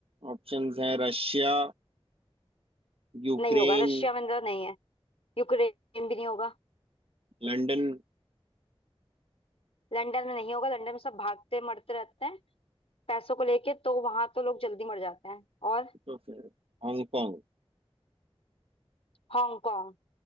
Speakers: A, on the right; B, on the left.
A: ऑप्शंस हैं रशिया यूक्रेन
B: नहीं होगा रशिया में तो नहीं है यूक्रेन भी नहीं होगा
A: लंदन
B: लंदन में नहीं होगा लंदन में सब भागते मरते रहते हैं पैसों को लेके तो वहां तो लोग जल्दी मर जाते हैं और
A: तो फिर हांगकांग
B: हांगकांग